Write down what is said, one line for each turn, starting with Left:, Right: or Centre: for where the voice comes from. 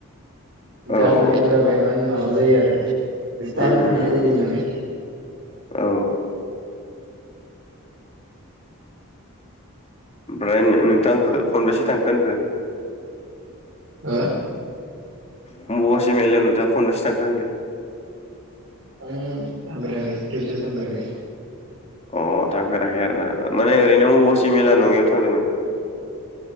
Right: गाखोनायफोराबा
Left: औ औ
Right: इमान माबा जायो आरो। टाइम
Left: उम
Right: थांनाय बायदि मोनो।
Left: औ ओमफ्राय नोंथां खनबेसे थांखो होनखो?
Right: हो
Left: <unintelligible> नोंथाङा खनबसे थांखो होनदों?
Right: आं थांफेराखै खनसेबो थांफेराखै।
Left: अ थांफेराखै आरो ना माने ओरैनो अमबासि मेला नङियाव थांदोंमोन?